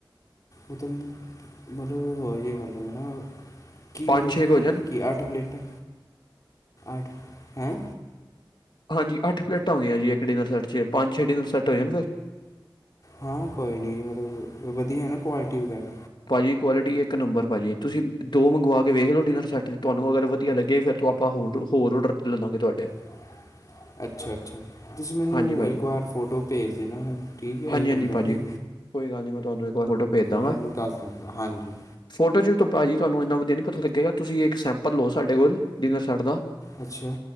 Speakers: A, on the left; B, on the left.
A: ਉਦ ਮਤਲਬ ਹੋ ਹੀ ਮਤਲਬ ਨਾ ਕੀ
B: ਪੰਜ
A: ਮਤਲਬ
B: ਛੇ ਕੁ ਹੋ ਜਾਣ
A: ਕੀ ਅੱਠ ਪਲੇਟਾਂ ਅੱਠ ਹੈ
B: ਹਾਂਜੀ ਅੱਠ ਪਲੇਟਾਂ ਹੁੰਂਦੀਆਂ ਜੀ ਇੱਕ ਡਿਨਰ ਸੈੱਟ 'ਚ ਪੰਜ ਛੇ ਡਿਨਰ ਸੈੱਟ ਹੋ ਜਾਣਗੇ
A: ਹਾਂ ਕੋਈ ਨਹੀਂ ਮਤਲਬ ਵਧੀਆ ਨਾ ਕੁਆਲਿਟੀ ਵਗੈਰਾ
B: ਭਾਜੀ ਜੀ ਕੁਆਲਿਟੀ ਇੱਕ ਨੰਬਰ ਭਾਜੀ ਤੁਸੀਂ ਦੋ ਮੰਗਵਾ ਕੇ ਵੇਖ ਲਓ ਡਿਨਰ ਸੈਟ ਤੁਹਾਨੂੰ ਅਗਰ ਵਧੀਆ ਲੱਗੇ ਫਿਰ ਤੂੰ ਆਪਾਂ ਹੋਰ ਹੋਰ ਔਡਰ ਲੈਵਾਂਗੇ ਤੁਹਾਡੇ
A: <inaudible> ਅੱਛਾ-ਅੱਛਾ ਤੁਸੀਂ ਮੈਨੂੰ
B: ਹਾਂਜੀ ਭਾਜੀ
A: ਇੱਕ ਵਾਰ ਫੋਟੋ ਭੇਜ ਦੇ ਨਾ ਠੀਕ ਹੈ
B: ਹਾਂਜੀ
A: ਇਹੀ ਨੰਬਰ
B: ਹਾਂਜੀ ਭਾਜੀ
A: 'ਤੇ
B: ਕੋਈ ਗੱਲੀ ਮੈਂ ਤੁਹਾਨੂੰ ਵਾਰ ਫੋਟੋ ਭੇਜ ਦਾਂਗਾ
A: ਤੁਹਾਨੂੰ ਦਸ ਦਾਗਾ ਹਾਂਜੀ
B: ਫੋਟੋ ਭਾਜੀ ਤੁਹਾਨੂੰ ਏਨਾ ਵਧੀਆ ਨੀ ਪਤਾ ਲੱਗੇਗਾ ਤੁਸੀਂ ਇੱਕ ਸੈਂਪਲ ਲਓ ਸਾਡੇ ਕੋਲ ਡਿਨਰ ਸੈਟ ਦਾ
A: ਅੱਛਾ-